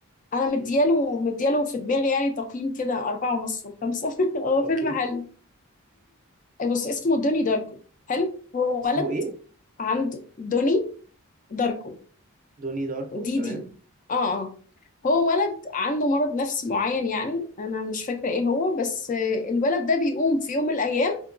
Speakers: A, on the left; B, on the right.
A: أنا مدياله
B: مم.
A: مدياله في دماغي يعني تقييم كده أربعة ونص من خمسة <laughs> هو
B: اوكي
A: فيلم حلو بص اسمه دوني داركو حلو هو
B: اسمه
A: ولد
B: ايه
A: عند دوني داركو
B: دوني داركو
A: دي
B: تمام
A: دي آه آه هو ولد عنده مرض نفسي معين يعني أنا مش فاكرة إيه هو بس آه، الولد ده بيقوم في يوم من الأيام